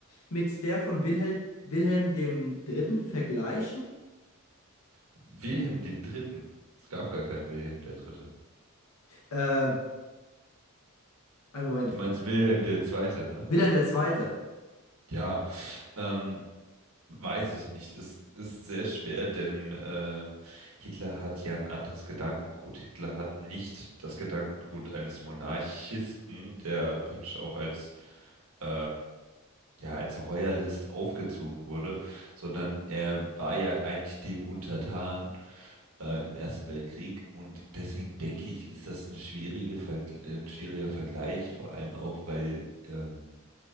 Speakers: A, on the left; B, on the right.
A: mit der von Wilhelm, Wilhelm dem Dritten vergleichen?
B: Wilhelm den Dritten. Es gab gar keinen Wilhelm der Dritte.
A: Ähm, Einen Moment.
B: Du meinst Wilhelm der Zweite, ne?
A: Wilhelm der Zweite.
B: Ja, ähm, weiß ich nicht. Es ist sehr schwer, denn äh, Hitler hat ja ein anderes Gedankengut. Hitler hat nicht das Gedankengut eines Monarchisten, der praktisch auch als äh, ja als Royalist aufgezogen wurde, sondern er war ja eigentlich dem untertan äh, im Ersten Weltkrieg und deswegen denke ich, ist das eine schwierige Vergl- äh, ein schwieriger Vergleich, vor allem auch, weil ähm,